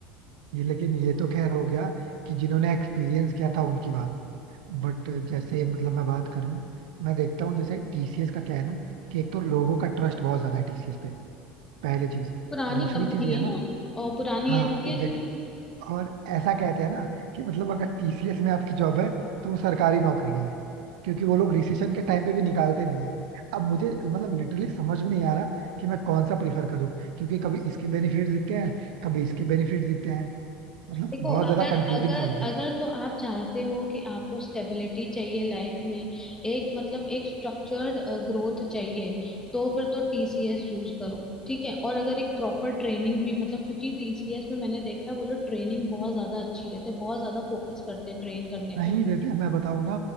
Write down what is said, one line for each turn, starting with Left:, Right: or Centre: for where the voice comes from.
Right: ये लेकिन ये तो खैर हो गया कि जिन्होंने एक्सपीरियंस किया था उनकी बात बट जैसे मतलब मैं बात करूं मैं देखता हूँ जैसे टीसीएस का क्या है ना कि एक तो लोगों का ट्रस्ट बहुत ज्यादा है टीसीएस पे पहली चीज
Left: पुरानी
Right: दूसरी
Left: कंपनी
Right: चीज ये है
Left: है
Right: ना
Left: ना और पुरानी
Right: हाँ
Left: एचसीएल
Right: एग्जैक्टली
Left: भी है
Right: और ऐसा कहते हैं ना कि मतलब अगर टीसीएस में आपकी जॉब है तो वो सरकारी नौकरी है क्योंकि वो लोग रिसेशन के टाइम पे भी निकालते नहीं है अब मुझे मतलब लिटरली समझ में नहीं आ रहा कि मैं कौन सा प्रीफर करूं क्योंकि कभी इसके बेनिफिट दिखते हैं कभी इसके बेनिफिट दिखते हैं मतलब
Left: देखो
Right: बहुत ज्यादा
Left: अगर
Right: कंफ्यूजिंग
Left: अगर
Right: सा हो गया
Left: अगर
Right: है
Left: तो आप चाहते हो कि आपको स्टेबिलिटी चाहिए लाइफ में एक मतलब एक स्ट्रक्चर्ड ग्रोथ चाहिए तो फिर तो टीसीएस चूज करो ठीक है और अगर एक प्रॉपर ट्रेनिंग भी मतलब क्योंकि टीसीएस में मैंने देखा है वो लोग ट्रेनिंग बहुत ज्यादा अच्छी देते हैं बहुत ज्यादा फोकस करते हैं ट्रेन करने
Right: नहीं
Left: पे
Right: देते मैं बताऊं ना